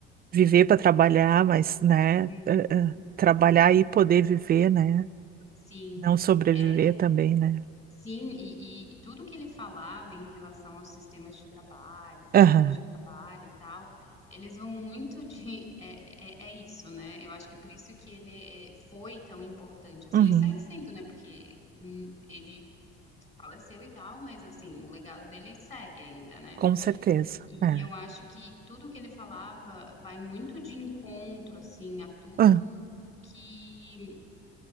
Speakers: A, on the right (about 30°); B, on the left (about 20°).
A: viver para trabalhar, mas, né,
B: Uhum,
A: eh, eh,
B: uhum.
A: trabalhar e poder viver, né?
B: Sim,
A: Não sobreviver
B: é,
A: também, né?
B: sim, e, e, e tudo que ele falava em relação aos sistemas de trabalho,
A: Aham,
B: formas de trabalho e tal, eles vão muito de, <laughs> é, é, é isso, né? Eu acho que por isso que ele é, foi tão importante, assim,
A: uhum,
B: e segue sendo, né? Porque hum, ele faleceu e tal, mas assim, o legado dele segue ainda, né?
A: com certeza.
B: E
A: É.
B: eu acho que tudo o que ele falava vai muito de encontro, assim, a tudo
A: Ah,
B: que